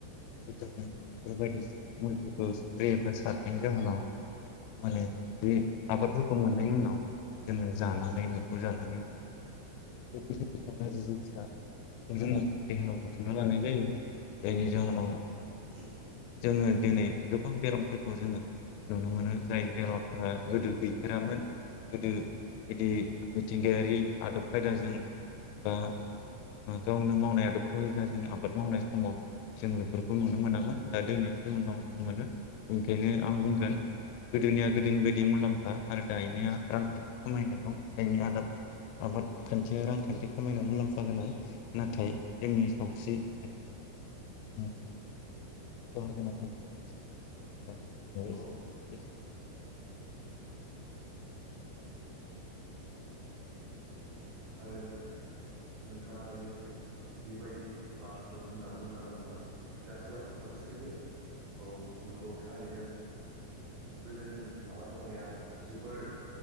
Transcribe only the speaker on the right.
औ
औ आरो नोंथांङा दायो जिबायदि बाथ्राफोर बुंना-बुंना गालांबाय गासै बाथ्राफोराबो सैथो औ नोंगौ। थारैनो गोदोनि आबाद मावनाया जोबोर